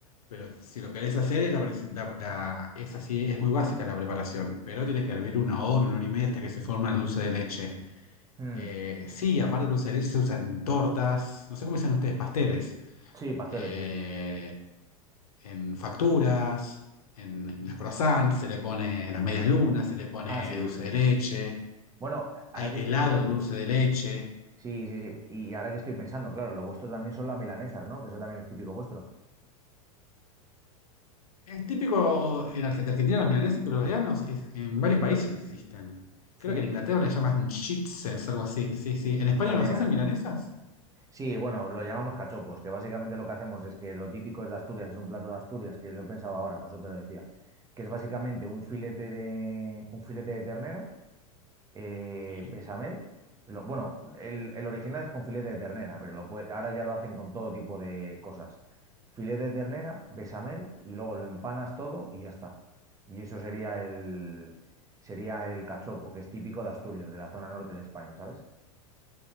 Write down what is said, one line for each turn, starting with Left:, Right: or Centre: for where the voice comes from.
Left: Pero si lo querés hacer, la, presi- la- la- es así, es muy básica la preparación, pero tiene que hervir una hora, una hora y media hasta que se forma el dulce de leche.
Right: Mm,
Left: Eh, sí, aparte del dulce de leche se usan en tortas, no sé cómo dicen ustedes, pasteles,
Right: Sí, pasteles,
Left: eh,
Right: sí.
Left: en facturas, en, en las croissants, se le pone las medias lunas, se le pone
Right: Ah, sí,
Left: dulce
Right: sí,
Left: de
Right: sí.
Left: leche,
Right: Bueno, ahora
Left: hay
Right: que
Left: helado
Right: estoy pensando,
Left: de dulce de leche.
Right: sí, sí, sí, y ahora que estoy pensando, claro, lo vuestro también son las milanesas, ¿no? Que eso también es típico vuestro.
Left: Es típico en Argentina, Argentina las milanesas, pero allá no, sé, es- en varios países existen. Creo
Right: Sí,
Left: que en Inglaterra le llaman chitzers, algo así. Sí, sí. ¿En España
Right: ni idea.
Left: nos hacen milanesas?
Right: Sí, bueno, lo llamamos cachopos, que básicamente lo que hacemos es que lo típico es de Asturias, es un plato de Asturias, que lo he pensado ahora, por eso te lo decía, que es básicamente un filete de, un filete de ternera. eh,
Left: Sí.
Right: bechamel. Lo- bueno, el, el original es con filete de ternera, pero lo puede- ahora ya lo hacen con todo tipo de cosas. Filete de ternera, bechamel y luego lo empanas todo y ya está. Y eso sería el, sería el cachopo, que es típico de Asturias, de la zona norte de España, ¿sabes?